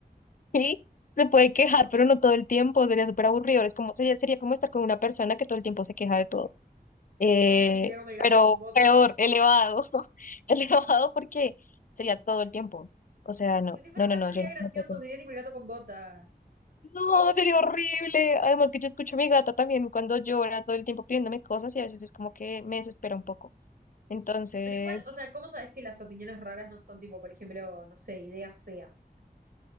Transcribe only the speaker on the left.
Sí, se puede quejar, pero no todo el tiempo. Sería súper aburrido. Es como, sería, sería como estar con una persona que todo el tiempo se queja de todo. eh,
pero
peor, elevado, <laughs> elevado porque sería todo el tiempo. O sea, no,
no,
no,
no,
yo no,
no puedo con
eso.
No, sería horrible. Además que yo escucho a mi gata también cuando llora todo el tiempo pidiéndome cosas y a veces es como que me desespera un poco. Entonces,